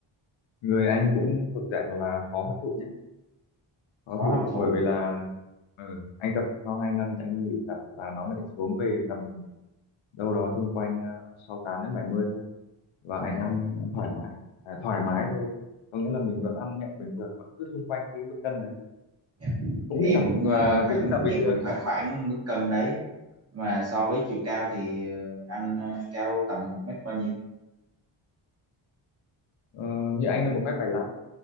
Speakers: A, on the left; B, on the right.
A: người anh cũng thuộc dạng là khó hấp thụ nhé khó
B: khó
A: thủ
B: hấp thụ.
A: bởi vì là ừ, anh tập sau 2 năm thì anh nghỉ tập là nó lại xuống về tầm đâu đó xung quanh ờ, sáu tám đến 70 thôi và anh
B: À,
A: ăn thoải mái à, thoải mái thôi có nghĩa là mình vẫn ăn nhậu bình thường vẫn cứ xung quanh cái mức cân đấy
B: dạ.
A: cũng
B: Em
A: đi tập
B: cũng
A: ờ,
B: ờ, khoảng
A: cũng đi tập bình
B: em
A: thường
B: cũng khoảng
A: nhé
B: khoảng mức cân đấy. Mà so với chiều cao thì ờ, anh ờ, cao tầm một mét bao nhiêu?
A: Ờ, như anh là một mét bảy lăm